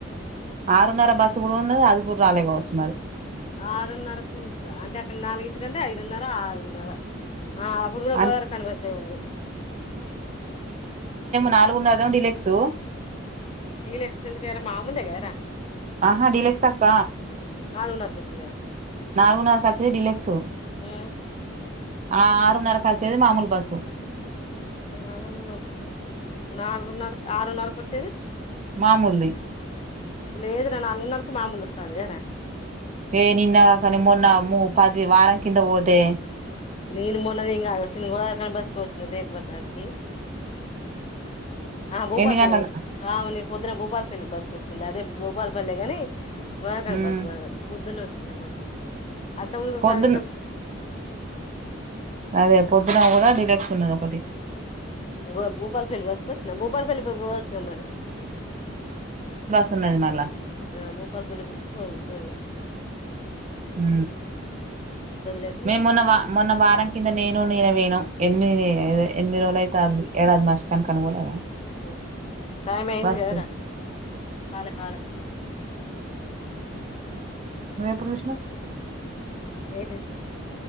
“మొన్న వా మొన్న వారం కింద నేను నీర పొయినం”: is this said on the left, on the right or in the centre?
Right